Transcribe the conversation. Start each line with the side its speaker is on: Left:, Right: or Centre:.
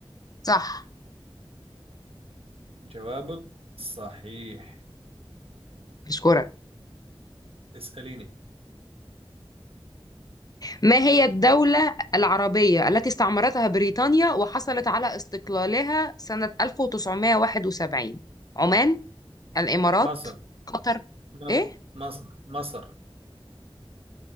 Left: صح
Right: جوابك صحيح
Left: اشكرك
Right: اسأليني
Left: ما هي الدولة العربية التي استعمرتها بريطانيا وحصلت على استقلالها سنة 1971 عمان الامارات
Right: مصر
Left: قطر
Right: مصر
Left: ايه
Right: مصر مصر